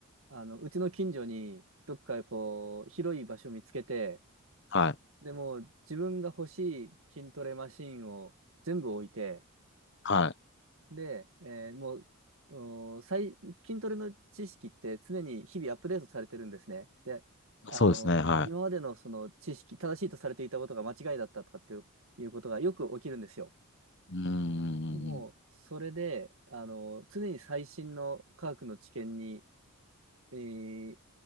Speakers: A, on the right; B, on the left.
A: あの、うちの近所に、どっかこう、広い場所見つけて、
B: はい。
A: でもう自分が欲しい筋トレマシンを全部置いて、
B: はい。
A: で、えーもう、お最、筋トレの知識って常に日々アップデートされてるんですね。で、あの、
B: そうですね。はい。
A: 今までのその知識、正しいとされていたことが間違いだったとかっていう、いうことがよく起きるんですよ。
B: うーん。
A: もう、それで、あの、常に最新の科学の知見に、えー